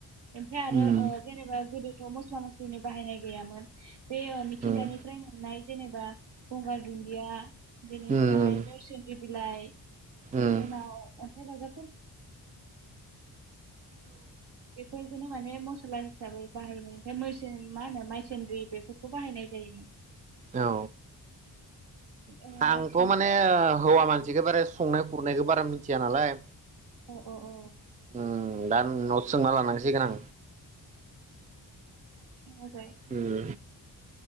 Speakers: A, on the right (about 70°); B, on the right (about 20°).
A: ओमफ्राय आरो
B: उम
A: ओ जेनेबा गोदो मस्ला मस्लिनि बाहायनाय गैयामोन बे ओ मिथिंगानिफ्राय
B: उम
A: मोननाय जेनेबा गंगार दुन्दिया बिनिफ्राय
B: उम
A: नोरसोन लाइ ओमफ्राय
B: उम
A: बेफोरजोंनो माने मस्ला हिसाबै बाहायनाय ओमफ्राय मैसो मा होनो मायसोनद्रि बेफोरखौ बाहायनाय जायोमोन
B: औ
A: ओ
B: आंथ'
A: आथिखालथ'
B: मान खुरनायखौ बारा मिथिया नालाय
A: औ औ औ
B: उम दा नोंनाव सोंना लानांसिगोन आं
A: आं
B: उम